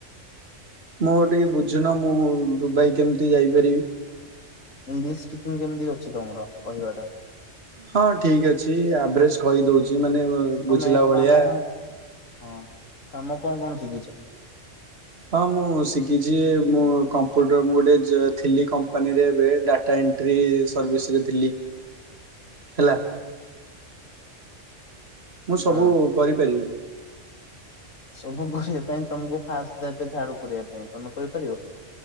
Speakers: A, on the right; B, on the left.
A: ମୋର ଟିକେ ବୁଝୁନ ମୁଁ ଦୁବାଇ କେମିତି ଯାଇପାରିବି?
B: ଇଂଲିଶ ସ୍ପିକିଂ କେମିତି ଅଛି ତମର କହିବାର
A: ହଁ ଠିକ ଅଛି ଆଭରେସ୍ କହିଦଉଚି ମାନେ
B: ତମେ
A: ବୁଝିଲା ଭଳିଆ।
B: କାମ କଣ ହଁ କାମ କଣ କଣ ଶିଖିଚ?
A: ହଁ ମୁଁ ଶିଖିଚି ମୁଁ କମ୍ପୁଟର ମୁଁ ଗୋଟେ ଥିଲି କମ୍ପାନୀରେ ଏବେ ଡାଟା ଏନଟ୍ରି ସର୍ଭିସରେ ଥିଲି ହେଲା ମୁଁ ସବୁ
B: ହଁ।
A: କରିପାରିବି।
B: ସବୁ କରିବା ପାଇଁ ତମକୁ ଫାଷ୍ଟ ଦେବେ ଝାଡୁ କରିବା ପାଇଁ ତମେ କରିପାରିବ?